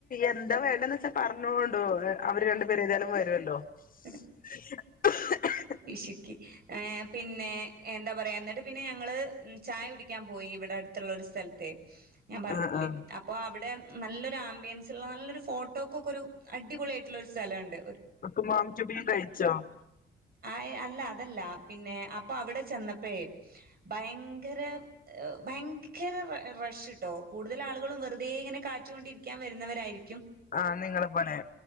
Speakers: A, on the left; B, on the right.
A: എന്താ വേണ്ടെ എന്തന്ന് വെച്ചാൽ പറഞ്ഞോണ്ടോ അവര് രണ്ടു പേർ ഏതായാലും വരുവല്ലോ
B: <inaudible>
A: <inaudible>
B: പിശുക്കി ഏ പിന്നെ എന്താ പറയാ എന്ന പിന്നെ ഞങ്ങളു ചായ ഞാൻ പോയി ഇവിടെ അടുത്തുള്ള ഒരു സ്ഥലത്തെ ഞാൻ പറഞ്ഞില്ലേ
A: ആഹ് ആഹ്
B: അപ്പൊ അവിടെ നല്ലൊരു ആംബിയൻസ ഉള്ള നല്ലൊരു ഫോട്ടോക്കൊക്കെ ഒരു അടിപൊളിയ ആായിട്ടുള്ളൊരു സ്ഥലമുണ്ട്
A: ക്കമാമ ച ബി കഴച്ച <unintelligible>
B: ആ് അല്ല അതല്ല പിന്നെ അപ്പൊ അവിടെ ചെന്ന ഭയങ്കര ഭയങ്കര റഷ ഇട്ടോ കൂടുതൽ ആളുകളും വെറുതെ ഇങ്ങനെ കാറ്റുകൊണ്ടിരിക്കാൻ വരുന്നവരായി
A: ആഹ് നിങ്ങളെ പോലെ